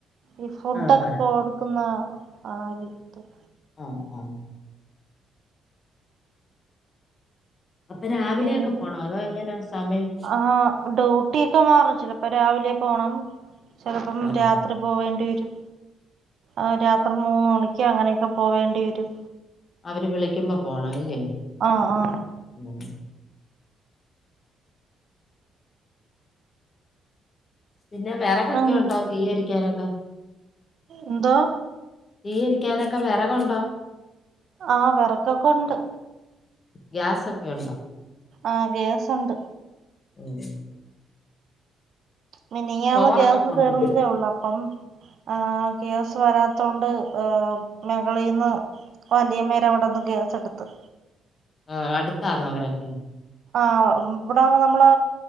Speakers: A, on the right; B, on the left.
A: ഈ ഫുഡൊക്കെ
B: ആഹ് ആഹ്
A: കൊട്ക്ക്ന്നാ ക്കൊ ആര് <unintelligible>
B: ആഹ് ആഹ് അപ്പൊ രാവിലെയൊക്കെ
A: പിന്നെ
B: പോണോ അതോ എങ്ങനാ സമയം
A: ആഹ് ഡ്യൂട്ടിയെക്കെ മാറും ചിലപ്പം രാവിലെ പോണം ചെലപ്പം
B: ആഹ്
A: രാത്രി പോവേണ്ടി വരും ആഹ് രാത്രി മൂന്ന് മണിക്കോ അങ്ങനെക്കെ പോവേണ്ടി വരും
B: അവര് വിളിക്ക്യുമ്പൊ പോണം ഇല്ലെ
A: ആ ആ
B: ഉം പിന്നെ വെറകൊക്ക്യെ
A: ഉം.
B: ഉണ്ടോ തീയ്യരിയ്ക്ക്യാനൊക്കെ
A: എന്തോ
B: തീയ്യരിയ്ക്ക്യാനൊ ക്കെ വെറകുണ്ടോ
A: ആഹ് വെറകൊക്ക ഉണ്ട്
B: ഗ്യാസൊക്കെയുണ്ടൊ
A: ആഹ് ഗ്യാസുണ്ട്
B: ഉം
A: മിനിയാന്ന്
B: ചോറൊക്കെ
A: ഗ്യാസ്
B: കൊണ്ടോണോ
A: തീർന്നതേയുള്ളു അപ്പം ആഹ് ഗ്യാസ് വരാത്തോണ്ട് ഏഹ് മെകളീന്ന് വല്ല്യമ്മേട അവ്ട്ന്ന് ഗ്യാസട്ത്ത്
B: ആഹ് അടുത്താന്നൊ അവരൊക്കെ
A: ആഹ് ഇവ്ട്ന്ന് നമ്മളാ